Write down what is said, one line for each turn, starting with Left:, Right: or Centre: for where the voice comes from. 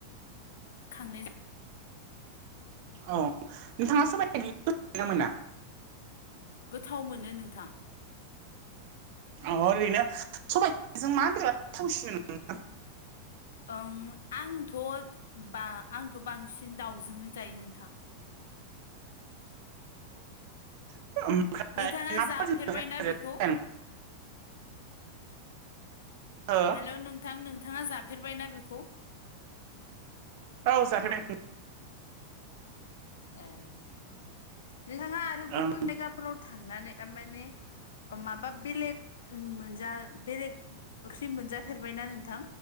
Left: खांनाय जायो
Right: औ नोंथांङा सबाइ ना मोना
Left: गोथाव मोनो नोंथां
Right: अ ओरैनो सबायजों <unintelligible> नोंथां
Left: ओं आंथ' बा आंथ' बांसिन दाउजोंनो जायो नोंथां
Right: <unintelligible>
Left: नोंथाङा जाफेरबायना बेखौ
Right: ओ
Left: ओ नोंथां नोंथांङा जाफेरबायना बेखौ
Right: औ जाफे
Left: ए नोंथांङा आरो गुबुन
Right: ओं
Left: जायगाफोराव थांनानै थारमाने माबा बेलेग मोनजा बेलेग ओंख्रि मोनजाफेरबायना नोंथां